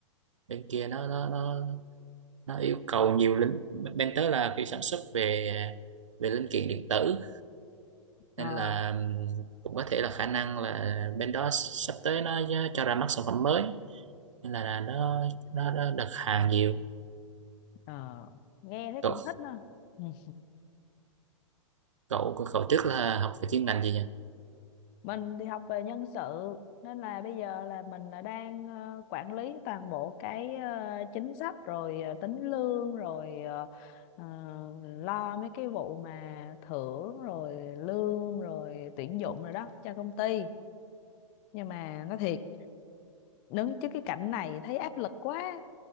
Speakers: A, on the right; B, on the left.
A: bên kia nó nó nó nó yêu cầu nhiều linh bên tới là kiểu sản xuất về về linh kiện điện tử
B: Ờ,
A: nên là ừm, cũng có thể là khả năng là bên đó sắp tới nó cho ra mắt sản phẩm mới nên là nó nó, nó đặt hàng nhiều
B: ờ. nghe thấy cũng
A: cậu
B: thích nè ừ.
A: cậu cậu trước là học về chuyên ngành gì nhỉ
B: mình thì học về nhân sự nên là bây giờ là mình là đang ờ, quản lý toàn bộ cái ờ, chính sách rồi ờ, tính lương rồi ờ, ờ, lo mấy cái vụ mà thưởng rồi lương rồi tuyển dụng rồi đó cho công ty nhưng mà nói thiệt đứng trước cái cảnh này thấy áp lực quá